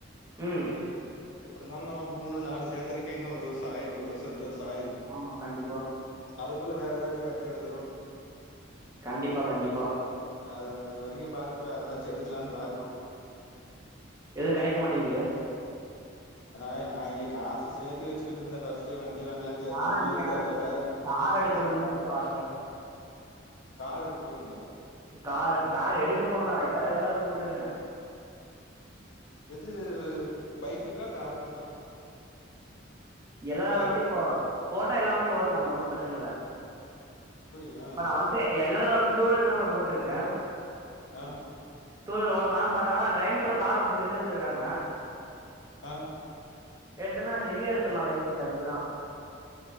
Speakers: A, on the right; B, on the left.
A: ம்
B: எப்புடுந்தாலு நா மூணு நாலு சேத்துருக்கே இன்ன ஒரு வருஷ ஆயிரு ஒரு வருஷ ரெண்டு வருஷ ஆயிரு
A: ஆமா கண்டிப்பா
B: அதுக்குள்ள வேற எதாச்சு வண்டி வந்துரு
A: கண்டிப்பா கண்டிப்பா
B: அது அது வரக்கு பாத்துட்டு வேற் எதாச்சு எடுக்லான் பாக்குறோ
A: எது கடைக் மாட்டேங்கிது
B: ஆய் நா இங்க காசு சேத்தி வெச்சிகிட்ருந்த ஃபஸ்ட்டே வண்டி வாங்லான் ஏ
A: நா
B: தம்பி
A: நீங்க
B: எடுத்து அதுல வேற வண்
A: கார் எடுக்கணுன்
B: ஏ தம்
A: தா ப்ரோ ஆச
B: கார் எடுக் போறீங்ளா
A: கார கார் எடுக்க போறேன்னாவா இப்பதா எல் எல் ஆர் போட்ருக்குற
B: எது பைக்குக்கா காருக்குங்ளா
A: எல் எல் ஆர்
B: எவ்ளாரு
A: வந்துட்டு இப்போ போட்டா எல்லா வண்யு ஓட்லா ஒன்னு பிரச்சன இல்ல
B: அப்படியா
A: இப்ப நா வந் சரி எல் எல் ஆர் வந்ட்து டூவீலர்க்கு தா ப்ரோ போட்ருக்க
B: அ
A: டூவீலர் ஓட்லா பட் ஆனா ட்ரைவிங் கூல்ல கார் ஓட்ட சொல்லி தந்த்ட்டுக்குறாங்க
B: அ
A: எடுத்துன்னா ஹெவியா எடுத்துர்லா லைசன்ஸ் அதுக்குதா